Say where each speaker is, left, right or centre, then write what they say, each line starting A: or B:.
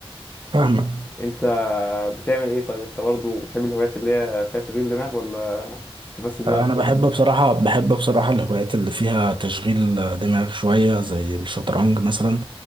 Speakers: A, on the right; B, on the left.
A: فاهمك
B: انت بتعمل ايه طيب انت برضو بتحب الهوايات اللي هي فيها تشغيل دماغ ولا تفسد دماغك
A: انا بحب بصراحه بحب بصراحه الهوايات اللي فيها تشغيل دماغ شويه زي الشطرنج مثلا